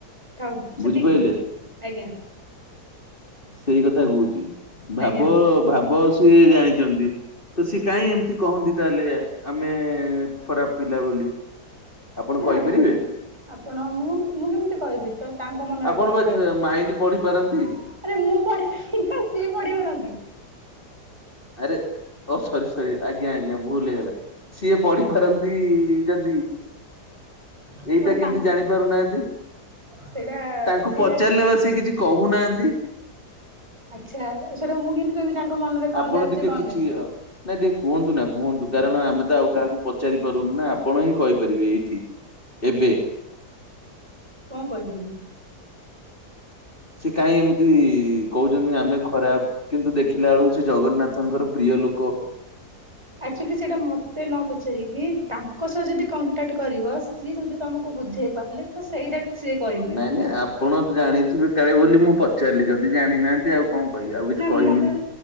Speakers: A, on the right; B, on the left.
A: ଥାଉ
B: ବୁଝିପାଇଲେ?
A: ସେତିକି, ଆଜ୍ଞା!
B: ସେଇ କଥା କହୁଛି ଭାବ
A: ଆଜ୍ଞା
B: ଭାବ ସିଏ ଜାଣିଚନ୍ତି। ତ ସିଏ କାହିଁ ଏମିତି କହନ୍ତି ତାହେଲେ ଆମେ ଖରାପ ପିଲା ବୋଲି। ଆପଣ
A: ସେ ଜାଣିଥିବ।
B: କହିପାରିବେ?
A: ଆପଣ ମୁଁ ମୁଁ କେମିତି କହିବି ତ ତାଙ୍କ ମନରେ
B: ଆପଣ
A: କଣ
B: ବା
A: ଚାଲଛି?
B: ଜ ମାଇଣ୍ଡ ପଢି ପାରନ୍ତି
A: ଆରେ ମୁଁ ପଢି ପାରେ <inaudible> ସିଏ ପଢି ପାରନ୍ତି।
B: ଆରେ ଓ ସରି ସରି ଆଜ୍ଞା! ଆଜ୍ଞା! ଭୁଲ ହେଇଗଲା। ସିଏ ପଢିପାରନ୍ତି ଯଦି
A: ଆପଣ
B: ଏଇଟା କେମତି
A: ତାଙ୍କ
B: ଜାଣି ପାରୁନାହାନ୍ତି?
A: ସେଇଟା
B: ତାଙ୍କୁ
A: ସିଏ
B: ପଚାରିଲେ ବା ସେ କିଛି କହୁନାହାନ୍ତି।
A: ଆଚ୍ଛା ସେଟା ମୁଁ କେମିତି କହିବି ତାଙ୍କ ମନରେ କଣ
B: ଆପଣ
A: ଚାଲିଛି
B: ଟିକେ
A: କଣ
B: କିଛି
A: ନାହିଁ
B: ନାଇଁ ଟିକେ କୁହନ୍ତୁ ନା କୁହନ୍ତୁ କାରଣ ଆମେ ତ ଆଉ କାହାକୁ ପଚାରି ପାରୁନି ନା ଆପଣ ହିଁ କହିପାରିବେ ଏଇଠି ଏବେ।
A: କଣ କରିପାରିବି?
B: ସେ କାହିଁ ଏମିତି କହୁଛନ୍ତି ଆମେ ଖରାପ କିନ୍ତୁ ଦେଖିଲା ବେଳକୁ ସେ ଜଗନ୍ନାଥଙ୍କର ପ୍ରିୟ ଲୋକ।
A: ଆକଚୁଲି ସେଇଟା ମତେ ନ ପଚାରିକି ତାଙ୍କ ସହ ଯଦି କଣ ଟାଟ କରିବ ସିଏ ଯଦି ତମକୁ ବୁଝେଇ ପାରିଲେ ତ ସେଇଟା ସିଏ କହିବେ।
B: ନାଇଁ ନାଇଁ ଆପଣ ତ ଜାଣିଥିବେ କାଳେ ବୋଲି ମୁଁ ପଚାରିଲି, ଯଦି ଯଦି ଜାଣିନାହାନ୍ତି ଆଉ କଣ କହିବି ଆଉ କିଛି
A: ନା
B: କହିବିନି,
A: ମତେ